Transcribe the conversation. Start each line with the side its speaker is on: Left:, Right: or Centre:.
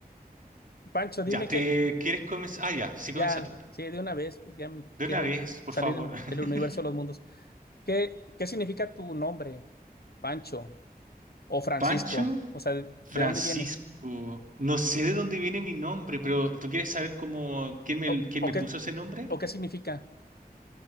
Left: Pancho, dime
Right: Ya, ¿te
Left: que
Right: quieres comenzar? Ah, ya, sí
Left: ya,
Right: comienza tú.
Left: sí, de una vez, pues ya
Right: De
Left: quiero
Right: una vez, por
Left: salir
Right: favor.
Left: del
Right: <laughs>
Left: universo de los mundos. ¿Qué, qué significa tu nombre, Pancho o Francisco?
Right: ¿Pancho?
Left: O sea, ¿de,
Right: Francisco,
Left: de dónde viene?
Right: no sé de dónde viene mi nombre, pero ¿tú quieres saber cómo quién me,
Left: ¿O,
Right: quién me
Left: o qué,
Right: puso ese nombre?
Left: o qué significa?